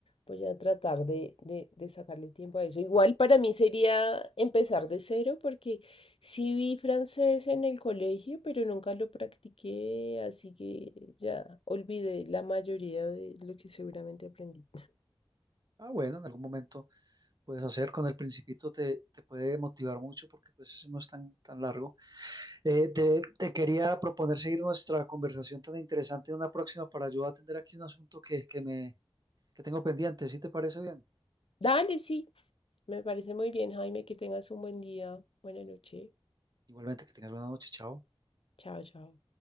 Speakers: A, on the left (about 75°); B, on the right (about 45°).
A: voy a tratar de, de, de sacarle tiempo a eso. Igual para mí sería empezar de cero porque sí vi francés en el colegio, pero nunca lo practiqué, así que ya olvidé la mayoría de lo que seguramente aprendí.
B: Ah, bueno, en algún momento puedes hacer. Con el Principito te, te puede motivar mucho porque pues ese no es tan, tan largo. Eh, te, te quería proponer seguir nuestra conversación tan interesante en una próxima para yo atender aquí un asunto que, que me, que tengo pendiente. ¿Sí te parece bien?
A: Dale, sí, me parece muy bien, Jaime, que tengas un buen día. Buena noche.
B: Igualmente, que tengas buena noche. Chao.
A: Chao, chao.